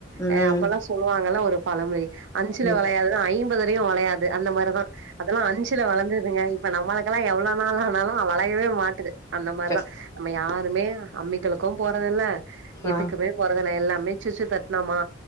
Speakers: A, on the left; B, on the right.
A: ம்
B: அ அப்போல்லாச் சொல்லுவாங்கல்ல ஒருப் பழம்ழி அஞ்சுல
A: ம்
B: வளையாதது ஐம்பதுலியு வளையாது அந்த மாரிதா அதெல்லா அஞ்சுல வளந்துதுங்க இப்ப நம்மளுக்கெல்லா எவ்ளோ நாள் ஆனாலு வளயவே மாட்டுது அந்த மாருதா
A: க
B: நம்ம யாருமே அம்மிகல்லுக்கும் போறதில்ல எதுக்குமேப்
A: ஆ
B: போறதுல எல்லாமே சுச்சு தட்னமா